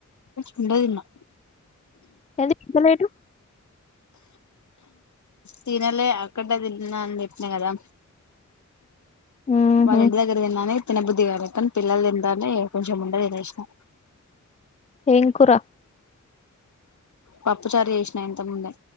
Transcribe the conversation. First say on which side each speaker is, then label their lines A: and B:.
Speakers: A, on the left; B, on the left.
A: ఉండ తిన్నా
B: ఏది పిల్ల లేదు
A: తినలే అక్కడదే తింటున్నానని చెప్పిన కదా
B: ఉహు
A: మాఇంటి దగ్గర తిన్నానే తిన బుద్ధిగాాదక్క పిల్లలు తింటాంటే కొంచెం ముందనే తినేసినా
B: ఏం కూర
A: పప్పు చారు చేసిన ఇంతకు ముందే